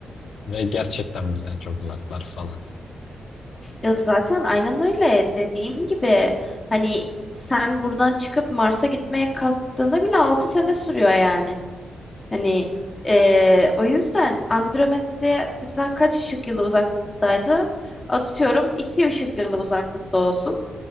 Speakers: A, on the left (about 65°); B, on the left (about 25°).
A: ve gerçekten bizden çok uzaklar falan.
B: Ya zaten aynen öyle dediğim gibi hani sen buradan çıkıp Mars'a gitmeye kalktığında bile 6 sene sürüyor yani. Hani eee, o yüzden Andromeda bizden kaç ışık yılı uzaklıktaydı? Atıyorum 2 ışık yılı uzaklıkta olsun.